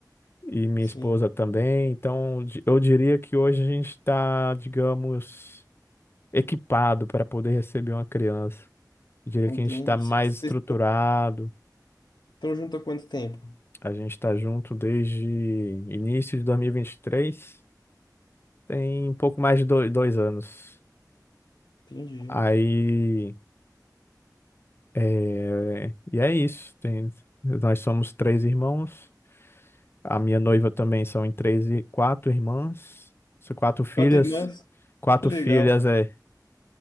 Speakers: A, on the left; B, on the left.
A: e minha
B: Sim,
A: esposa também. Então, di- eu diria que hoje a gente está, digamos, equipado para poder receber uma criança. Eu diria
B: entendi.
A: que a gente está mais
B: Vocês
A: estruturado,
B: Estão junto há quanto tempo?
A: a gente está junto desde início de dois mil e e vinte e três tem um pouco mais de do- dois anos.
B: Entendi.
A: Aí, é... e é isso. Tem... Nós somos três irmãos. A minha noiva também são em três e quatro irmãs, são quatro filhas,
B: Quatro irmãs?
A: quatro
B: Que legal.
A: filhas é.